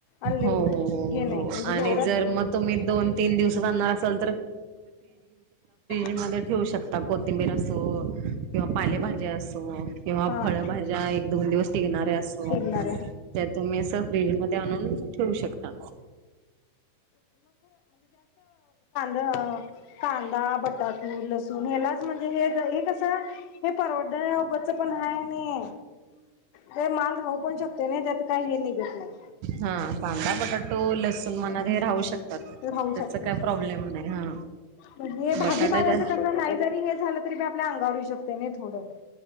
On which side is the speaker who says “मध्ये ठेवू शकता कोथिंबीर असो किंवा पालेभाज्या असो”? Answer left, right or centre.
Right